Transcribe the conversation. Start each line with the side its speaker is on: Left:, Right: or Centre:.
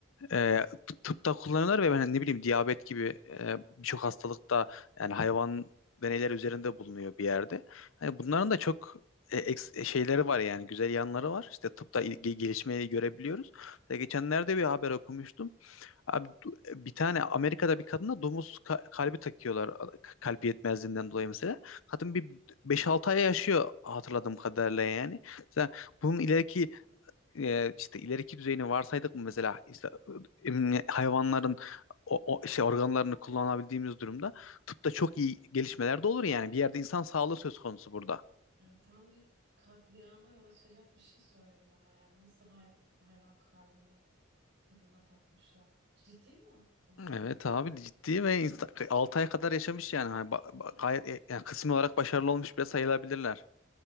Left: e, tıpta kullanıyorlar ve ben hani, ne bileyim diyabet gibi e, birçok hastalıkta yani hayvan deneyler üzerinde bulunuyor bir yerde. Hani bunların da çok e, eks- e, şeyleri var yani güzel yanları var. İşte tıpta il- ge- gelişmeyi görebiliyoruz. Mesela geçenlerde bir haber okumuştum. Abi, du- e, bir tane Amerika'da bir kadına domuz ka- kalbi takıyorlar k- kalp yetmezliğinden dolayı mesela. Kadın bir beş altı ay yaşıyor hatırladığım kadarıyla yani. Mesela bunun ileriki e, işte ileriki düzeyini varsaydık mı mesela işte, em, hayvanların o, o şey organlarını kullanabildiğimiz durumda tıpta çok iyi gelişmeler de olur yani bir yerde insan sağlığı söz konusu burada.
Right: Yani tam bir katliama yol açacak bir şey söyledin ama yani nasıl hay- hayvan kalbini Kadına takmışlar. Ciddi mi o haber?
Left: Evet abi ciddi ve 6 ay kadar yaşamış yani. Hani ba- ba- gayet e, yani kısmi olarak başarılı olmuş bile sayılabilirler.